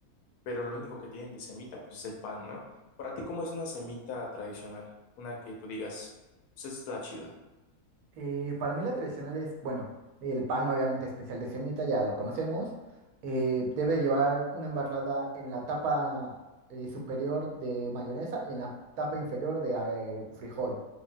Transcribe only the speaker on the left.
pero lo único que tienen de semita, pues es el pan, ¿no? Para ti, ¿cómo es una semita tradicional? Una que tú digas, pues esta es la chida.